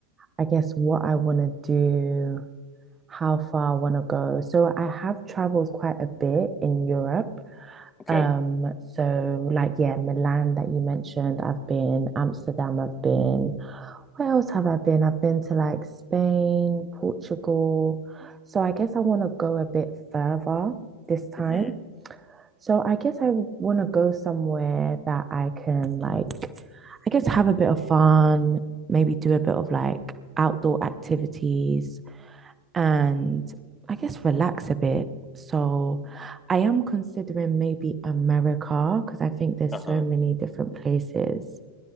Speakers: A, on the right (about 20°); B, on the left (about 15°).
A: I guess what I want to do, how far I want to go. So I have traveled quite a bit in Europe.
B: Okay.
A: Um, so like yeah, Milan that you mentioned, I've been, Amsterdam, I've been. Where else have I been? I've been to like Spain, Portugal. So I guess I want to go a bit further this time.
B: hmm
A: So I guess I want to go somewhere that I can like, I guess have a bit of fun, maybe do a bit of like outdoor activities and I guess relax a bit. So I am considering maybe America because I think there's
B: Uh-huh.
A: so many different places